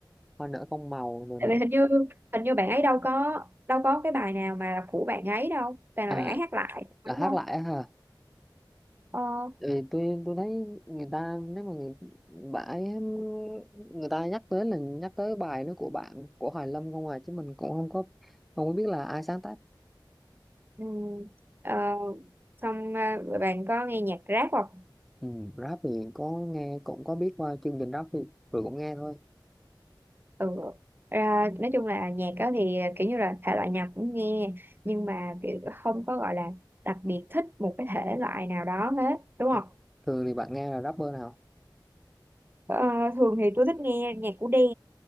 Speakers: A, in the centre; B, on the right.
A: hoa nở con màu rồi
B: tại
A: nè
B: vì hình như hình như bạn ấy đâu có đâu có cái bài nào mà là của bạn ấy đâu toàn là
A: à
B: bạn ấy hát lại
A: là
B: đúng
A: hát
B: không
A: lại á hả
B: ờ,
A: thì tôi tôi thấy người ta nếu mà người bãi người ta nhắc tới là nhắc tới bài nó của bạn của Hoài Lâm không à chứ mình cũng không có không có biết là ai sáng tác
B: ừ, ờ, xong à, bạn có nghe nhạc rap không
A: ừ, rap thì có nghe cũng có biết qua chương trình rap thì rồi cũng nghe thôi
B: ừ ra nói chung là nhạc đó thì à, kiểu như là thể loại nào cũng nghe nhưng mà kiểu không có gọi là đặc biệt thích một cái thể loại nào đó hết đúng không
A: thường thường thì bạn nghe là rapper nào
B: Ờ, thường thì tôi thích nghe nhạc của Đen